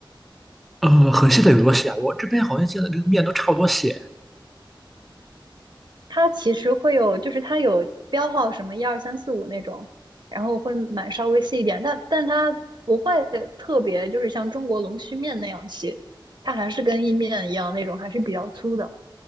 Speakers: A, in the centre; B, on the right.
A: 呃，很细的有多细啊？我这边好像现在这个面都差不多细
B: 它其实会有，就是它有标号什么一二三四五那种，然后会买稍微细一点，但但它不会特别，就是像中国龙须面那样细，它还是跟意面一样那种，还是比较粗的。